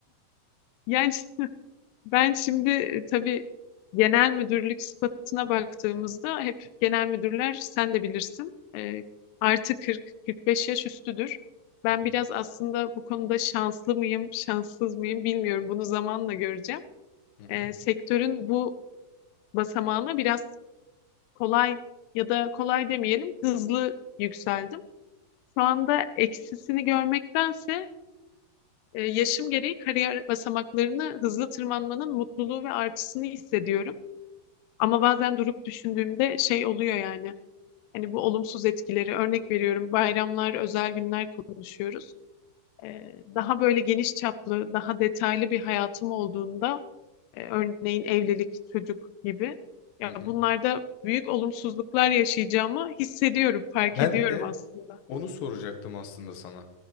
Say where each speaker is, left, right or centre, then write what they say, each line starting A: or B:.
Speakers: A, on the left (about 85°); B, on the left (about 70°).
A: Yani ben şimdi e, tabii genel müdürlük sıfatına baktığımızda hep genel müdürler sen de bilirsin e, artı 40-45 yaş üstüdür. Ben
B: Hı hı.
A: biraz aslında bu konuda şanslı mıyım, şanssız mıyım bilmiyorum. Bunu zamanla göreceğim.
B: Hı hı.
A: E, sektörün bu basamağına biraz kolay ya da kolay demeyelim hızlı yükseldim. Şu anda eksisini görmektense e, yaşım gereği kariyer basamaklarını hızlı tırmanmanın mutluluğu ve artısını hissediyorum. Ama bazen durup düşündüğümde şey oluyor yani. Hani bu olumsuz etkileri örnek veriyorum. Bayramlar, özel günler konuşuyoruz. E, daha böyle geniş çaplı, daha detaylı bir hayatım olduğunda e, örneğin evlilik, çocuk gibi. Ya
B: Hı hı.
A: bunlarda büyük olumsuzluklar yaşayacağımı hissediyorum, fark
B: Ben
A: ediyorum
B: de
A: aslında.
B: onu soracaktım aslında sana.